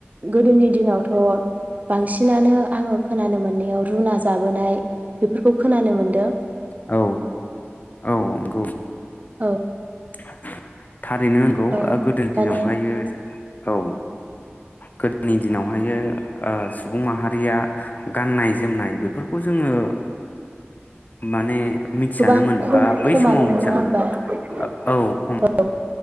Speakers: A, on the right (about 35°); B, on the left (about 40°).
A: गोदोनि दिनावथ बांसिनानो आङो खोनानो मोननायाव रुना जाबोनाय बेफोरखौ खोनानो मोन
B: औ औ औ नंगौ।
A: औ
B: <unintelligible> थारैनो नंगौ
A: ओ
B: गोदोनि दिनावहायो
A: माने
B: जो औ गोदोनि दिनावहायो ओ सुबुं माहारिया गाननाय जोमनाय बेफोरखौ जोङो माने मिथियानोमोन
A: गोबां खम
B: बा बै
A: खमानो
B: समाव
A: मोन
B: मिथियामोन
A: नङा होनोमबा।
B: ओ औ
A: औ।